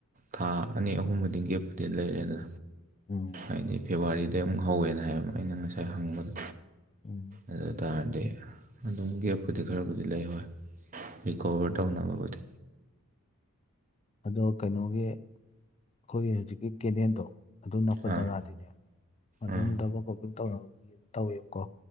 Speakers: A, on the right (about 35°); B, on the left (about 30°).
A: ꯊꯥ ꯑꯅꯤ ꯑꯍꯨꯝꯕꯨꯗꯤ ꯒꯦꯞꯄꯨꯗꯤ ꯂꯩꯔꯦꯗꯅ꯫
B: ꯎꯝ꯫
A: ꯍꯥꯏꯗꯤ ꯐꯦꯕꯋꯥꯔꯤꯗꯩ ꯑꯃꯨꯛ ꯍꯧꯋꯦꯅ ꯍꯥꯏꯌꯦꯕ ꯑꯩꯅ ꯉꯁꯥꯏ ꯍꯪꯕꯗ꯫
B: ꯎꯝ
A: ꯑꯗꯨ ꯇꯥꯔꯗꯤ ꯑꯗꯨꯝ ꯒꯦꯞꯄꯨꯗꯤ ꯈꯔꯕꯨꯗꯤ ꯂꯩ ꯍꯣꯏ꯫ ꯔꯤꯀꯣꯚꯔ
B: ꯑꯣ
A: ꯇꯧꯅꯕꯅꯕꯕꯨꯗꯤ꯫
B: ꯑꯗꯣ ꯀꯩꯅꯣꯒꯤ ꯑꯩꯈꯣꯏꯒꯤ ꯍꯧꯖꯤꯛꯀꯤ ꯀꯦꯅꯦꯟꯗꯣ꯫ ꯑꯗꯨ ꯅꯛꯄ
A: ꯑꯥ
B: ꯖꯒꯥꯗꯤꯅꯦ ꯑꯗꯨꯝ
A: ꯑꯥ
B: ꯗꯕꯜ ꯀꯣꯄꯤꯡ ꯇꯧꯅꯕ ꯃꯤ ꯑꯗꯨ ꯇꯧꯋꯦꯕꯀꯣ꯫